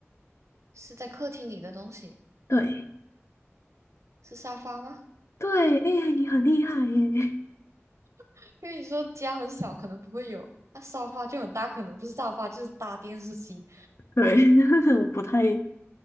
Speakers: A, on the right (about 80°); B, on the left (about 65°).
A: 是在客厅里的东西，
B: 对
A: 是沙发吗？
B: 对，哎、你很厉害耶！
A: <laughs> 因为你说家很小，可能不会有，那沙发就很大，可能不是沙发就是大电视机。
B: <laughs> 对，<laughs> 我不太